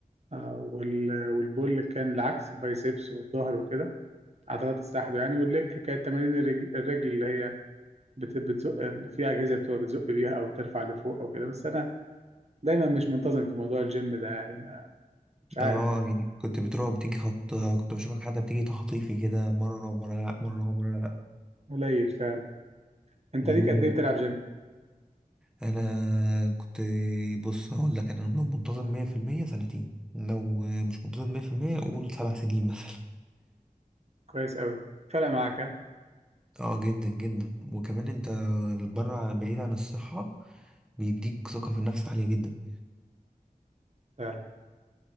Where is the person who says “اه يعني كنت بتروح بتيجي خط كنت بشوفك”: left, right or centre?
Centre